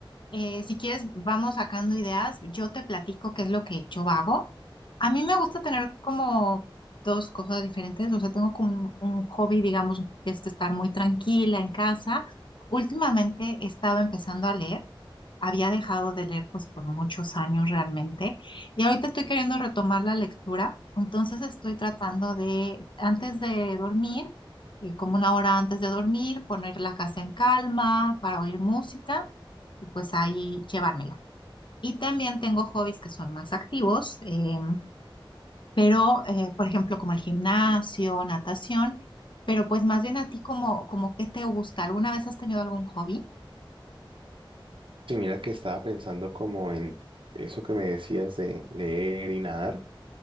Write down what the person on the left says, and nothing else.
eh, si quieres vamos sacando ideas. Yo te platico qué es lo que yo hago. A mí me gusta tener como dos cosas diferentes. O sea, tengo como un, un hobby, digamos, que es estar muy tranquila en casa. Últimamente he estado empezando a leer. había dejado de leer pues por muchos años realmente y ahorita estoy queriendo retomar la lectura, entonces estoy tratando de antes de dormir, eh, como una hora antes de dormir, poner la casa en calma para oír música y pues ahí llevármela. Y también tengo hobbies que son más activos, em, pero eh, por ejemplo como el gimnasio, natación, pero pues más bien a ti como, como qué te gusta, ¿alguna vez has tenido algún hobby?